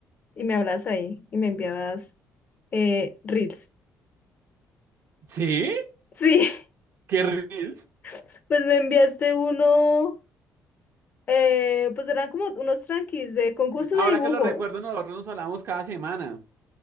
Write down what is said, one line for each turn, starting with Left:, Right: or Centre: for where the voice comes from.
Left: y me hablabas ahí y me enviabas eh, reels.
Right: ¿Sí?
Left: Sí,
Right: ¿Qué reels?
Left: <laughs> pues me enviaste uno, eh, pues eran como unos tranquis de concurso
Right: Ahora
Left: de dibujo.
Right: que lo recuerdo, nosotros nos hablábamos cada semana.